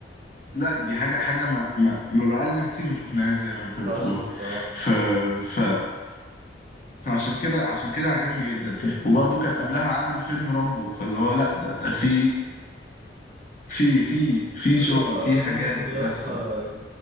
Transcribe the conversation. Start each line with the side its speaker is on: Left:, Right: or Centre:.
Left: لا دي حاجة حاجة ما ما, ما بقالنا كتير ما شفناهاش زي ما انت بتقول
Right: فشخ الصراحة
Left: ف ف فعشان كده عشان كده عجبني جدا وبرضه كان قبلها عامل فيلم رامبو فاللي هو لا ده, ده في في في في
Right: فيلم
Left: شغل في
Right: فيلم
Left: حاجات
Right: رب
Left: بتحصل
Right: ده يا اسطى